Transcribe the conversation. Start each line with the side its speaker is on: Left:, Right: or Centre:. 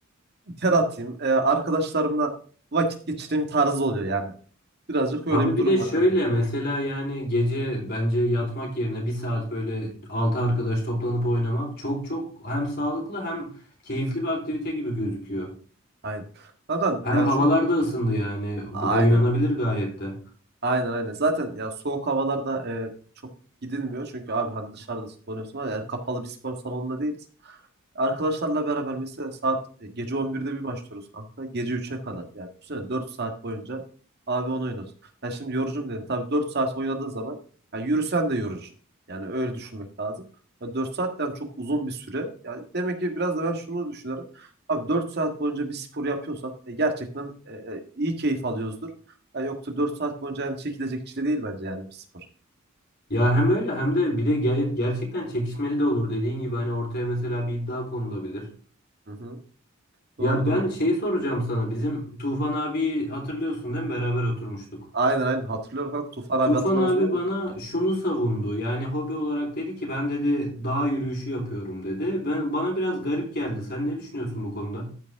Right: Ter atayım, e, arkadaşlarımla vakit geçireyim tarzı oluyor yani. Birazcık öyle
Left: Abi
Right: bir
Left: bir
Right: durum
Left: de şöyle
Right: var kanka.
Left: mesela yani gece bence yatmak yerine bir saat böyle 6 arkadaş toplanıp oynamak çok çok hem sağlıklı hem keyifli bir aktivite gibi gözüküyor.
Right: Aynen. Kanka
Left: Hem
Right: yani
Left: havalar
Right: şu
Left: da ısındı yani.
Right: aynen.
Left: Oynanabilir gayet de.
Right: Aynen aynen. Zaten ya soğuk havalarda e, çok gidilmiyor. Çünkü abi hani dışarıda donuyorsun ama yani kapalı bir spor salonunda değiliz. Arkadaşlarla beraber mesela saat e, gece 11'de bir başlıyoruz kanka. Gece 3'e kadar. Yani düşünsene 4 saat boyunca abi onu oynuyoruz. Yani şimdi yorucum dedin. Tabii 4 saat oynadığın zaman ya yürüsen de yorucu. Yani öyle düşünmek lazım. Ya 4 saatten çok uzun bir süre. Yani demek ki biraz da ben şunu düşünüyorum. Abi 4 saat boyunca bir spor yapıyorsak e, gerçekten e, e, iyi keyif alıyoruzdur. Ya yoksa 4 saat boyunca yani çekilecek çile değil bence yani bir spor.
Left: Ya hem öyle hem de bir de ger- gerçekten çekişmeli de olur. Dediğin gibi hani ortaya mesela bir iddia konulabilir.
Right: Hı hı. Doğru
Left: Ya
Right: doğru.
Left: ben şey soracağım sana. Bizim Tufan abi hatırlıyorsun değil mi? Beraber oturmuştuk.
Right: Aynen aynen hatırlıyorum kanka. Tufan abi
Left: Tufan
Right: hatırlamaz
Left: abi
Right: olur mu?
Left: bana şunu savundu. Yani hobi olarak dedi ki ben dedi dağ yürüyüşü yapıyorum dedi. Ben bana biraz garip geldi. Sen ne düşünüyorsun bu konuda?